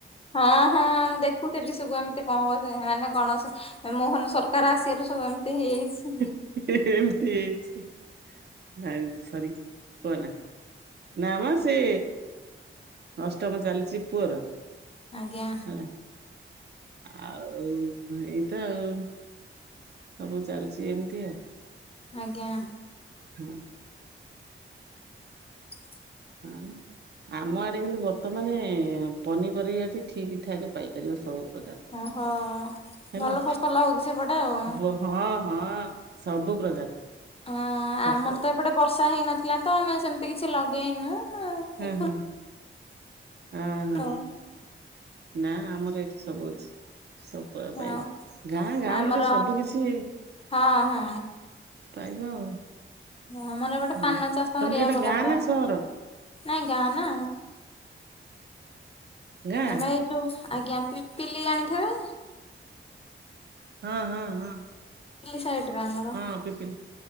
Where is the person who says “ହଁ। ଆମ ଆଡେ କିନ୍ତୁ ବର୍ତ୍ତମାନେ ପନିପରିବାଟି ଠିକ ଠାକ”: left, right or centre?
Right